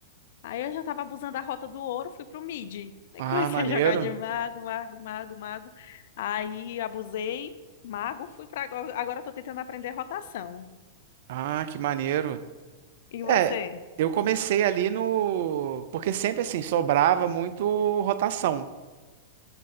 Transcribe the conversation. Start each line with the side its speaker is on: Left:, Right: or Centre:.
Left: Aí eu já tava abusando da rota do ouro, fui pro mid. Aí
Right: Ah,
Left: <laughs> comecei
Right: maneiro.
Left: a jogar de mago, mago, mago, mago. Aí abusei, mago, fui pra. agora. Agora eu tô tentando aprender rotação.
Right: Ah, que maneiro.
Left: E você?
Right: É, eu comecei ali no. Porque sempre assim, sobrava muito rotação.